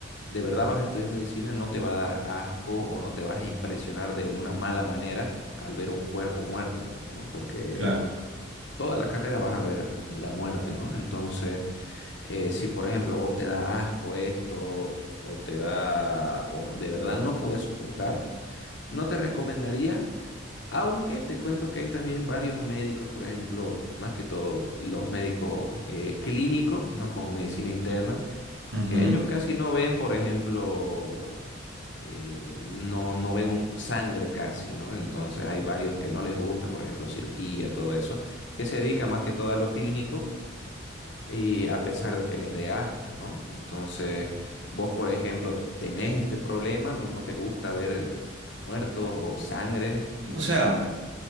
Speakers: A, on the left; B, on the right.
A: de verdad vas a estudiar medicina, no te va a dar asco o no te vas a impresionar de una mala manera al ver un cuerpo muerto, digamos, ¿no? Porque
B: Claro.
A: toda la carrera vas a ver la muerte, ¿no? Entonces, eh, si por ejemplo vos te da asco esto o te da, o de verdad no podés soportar, no te recomendaría, aunque te cuento que hay también varios médicos, por ejemplo, más que todo los médicos eh, clínicos, ¿no? Como medicina interna,
B: Ujú.
A: que ellos casi no ven, por ejemplo, eh, no, no ven un- sangre casi, ¿no? Entonces hay varios que no les gusta, por ejemplo, cirugía, todo eso, que se dedica más que todo a lo clínico y a pesar de que les dé asco, ¿no? Entonces, vos, por ejemplo, tenés este problema, no, no te gusta ver eh, muertos o sangre.
B: O sea,